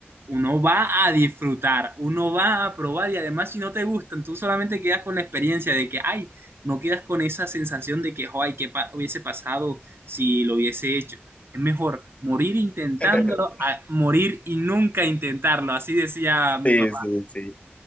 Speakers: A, on the right (about 70°); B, on the left (about 35°).
A: uno va a disfrutar, uno va a probar y además si no te gustan, tú solamente quedas con la experiencia de que, ay, no quedas con esa sensación de que, ay, ¿qué pa- hubiese pasado si lo hubiese hecho? Es mejor morir intentándolo
B: <laughs>
A: a morir y nunca intentarlo, así decía mi
B: Sí,
A: papá.
B: sí, sí.